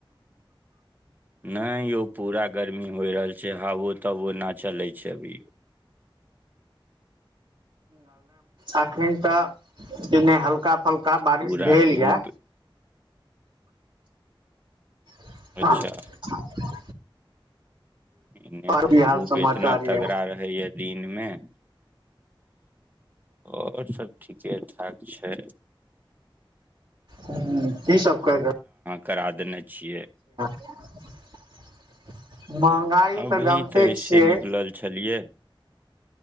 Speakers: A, on the right; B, on the right.
A: नहि यौ पूरा गर्मी होय रहल छै जे हबो तबो ना चलै छै अभी
B: अखन तऽ एने हल्का फल का बारिश
A: पूरा
B: भेलयै
A: धूप
B: <unintelligible>
A: अच्छा एने तऽ
B: की हाल
A: धूप
B: समाचार
A: एतना तगड़ा
B: ये
A: रहैया दिनमे <inaudible> आओर सब ठीक ठीके ठाक छै
B: ह कि सब करि रहल
A: कराट देने छियै
B: <unintelligible> महँगाइ
A: अभी
B: तऽ जाइनते
A: ऐसे
B: छियै
A: निकलल छलियै